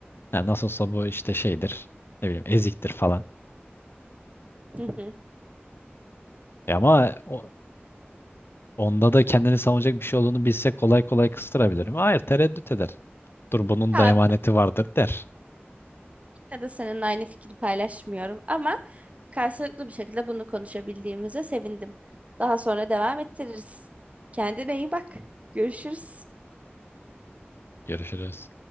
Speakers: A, on the left; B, on the right.
A: Yani nasıl olsa bu işte şeydir, ne bileyim eziktir falan.
B: Hı hı.
A: E ama o- onda da kendini savunacak bir şey olduğunu bilse kolay kolay kıstırabilirim. Hayır, tereddüt eder. Dur bunun
B: Ya
A: da emaneti
B: ben
A: vardır der.
B: yine de seninle aynı fikri paylaşmıyorum ama karşılıklı bir şekilde bunu konuşabildiğimize sevindim. Daha sonra devam ettiririz. Kendine iyi bak. Görüşürüz.
A: Görüşürüz.